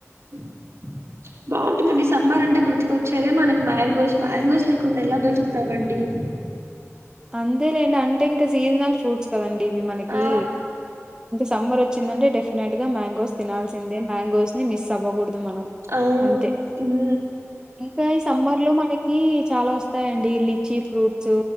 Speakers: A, on the right (about 60°); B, on the right (about 15°).
A: <inaudible> ఈ సమ్మర్ అంటే గుర్తుకువచ్చేదే మనకి మ్యాంగోస్ మ్యాంగోస్ లేకుండా ఎలా బ్రతుకుతామండి <inaudible>
B: అంతే లేండి అంటే ఇంకా సీజనల్ ఫ్రూట్స్ కదండి ఇవి మనకి
A: ఆ
B: సమ్మర్ వచ్చిందంటే డెఫినెట్గా మ్యాంగోస్ తినాల్సిందే మ్యాంగోస్ ని మిస్ అవ్వకూడదు మనం
A: అవును
B: అంతే
A: ఉమ్
B: ఇంకా ఈ సమ్మర్ లో మనకి కీ చాలా వస్తాయండి లిచి ఫ్రూట్స్